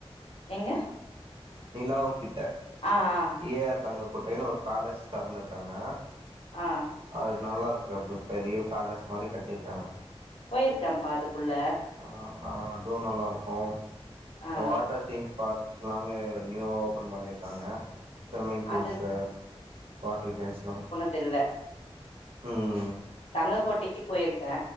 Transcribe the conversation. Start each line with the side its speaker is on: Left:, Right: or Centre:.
Left: எங்க
Right: நிலாவூர் கிட்ட
Left: ஆ ஆ
Right: ஏ ஆர் தங்கக்கோட்டைன்னு ஒரு ஃபேலஸ் தெறந்துருக்காங்க
Left: ஆ
Right: அது நல்லா இருக்கா அப் பெரிய ஃபேலஸ் மாரி கட்டிருக்காங்க
Left: போயிருக்கேப்பா அதுக்குள்ள
Right: ஆ அ அதுவு நல்லாருக்கு
Left: ஆ
Right: வாட்டர் தீம் பார்க் எல்லாமே நியூவா ஓப்பன் பண்ணியிருக்காங்க தம்மிங் பூல்ஸ்டர்
Left: அது
Right: வாட்டர் கேம்ஸ்லாம்
Left: தெர்ல
Right: ம் ம்
Left: தங்கக்கோட்டைக்கிப் போயிருக்கே